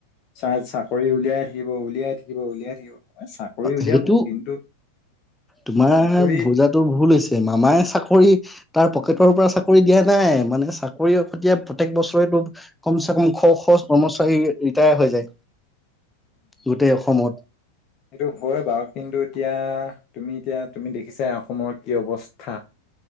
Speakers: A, on the left; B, in the centre.
A: চাই চাকৰি উলিয়াই থাকিব উলিয়াই থাকিব উলিয়াই থাকিব। চাকৰি উলিয়াব
B: সেইটো
A: কিন্তু
B: তোমাৰ
A: চাকৰি
B: ভোজাো ভুল হৈছে মামাই আছে চাকৰি তাৰ পকেটৰ পৰা চাকৰি দিয়া নাই মানে চাকৰি সতিয়া প্ৰত্যেক বছৰেতটো কমচে কম শ শ কৰ্মচাৰী ৰিটায়াৰ হৈ যায়। গোটেই অসমত
A: এইটো হয় বাৰু, কিন্তু এতিয়া তুমি এতিয়া তুমি দেখিছা অসমৰ কি অৱস্থা।